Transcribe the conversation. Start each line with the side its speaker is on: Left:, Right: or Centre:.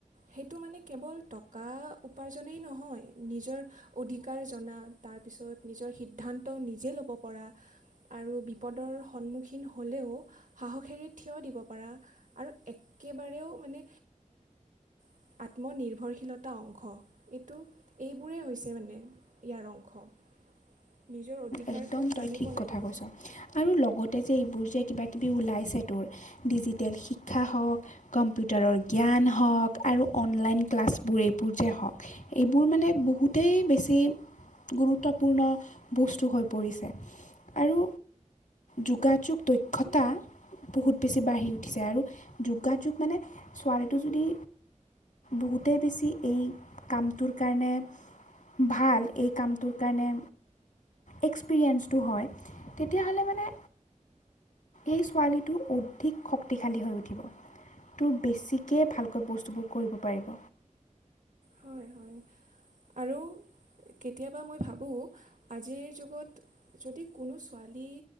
Right: সেইটো মানে কেৱল টকা উপাৰ্জনেই নহয় নিজৰ অধিকাৰ জনা তাৰপিছত নিজৰ সিদ্ধান্ত নিজে ল'ব পৰা আৰু বিপদৰ সন্মুখীন হ'লেও সাহসেৰে থিয় দিব পাৰা আৰু একে একেবাৰেও মানে আহ আত্মনিৰ্ভৰশীলতা অংশ এইটো এইবোৰেই হৈছে মানে ইয়াৰ অংশ। নিজৰ অধিকাৰটো
Left: একদম
Right: জানিব
Left: তই ঠিক
Right: লাগিব
Left: কথা কৈছ আৰু লগত যে এইবোৰ যে কিবা-কিবি ওলাইছে তোৰ ডিজিটেল শিক্ষা হওক, কম্পিউটাৰৰ জ্ঞান জ্ঞান হওক আৰু অনলাইন ক্লাছবোৰ এইবোৰ যে হওঁক এইবোৰ মানে বহুতেই বেছি গুৰুত্বপূৰ্ণ বস্তু হৈ পৰিছে আৰু যোগাযোগ দক্ষতা বহুত বেছি বাঢ়ি উঠিছে আৰু যোগাযোগ মানে ছোৱালীটো যদি বহুতেই বেছি এই কামটোৰ কাৰণে ভাল এই কামটোৰ কাৰণে এক্সপেৰিয়েঞ্চটো হয় তেতিয়াহ'লে মানে এই ছোৱালীটো অধিক শক্তিশালী হৈ উঠিব। তোৰ বেছিকে ভালকৈ বস্তুবোৰ কৰিব পাৰিব।
Right: হয় হয় আৰু কেতিয়াবা মই ভাবোঁ আজিৰ যুগত যদি কোনো ছোৱালী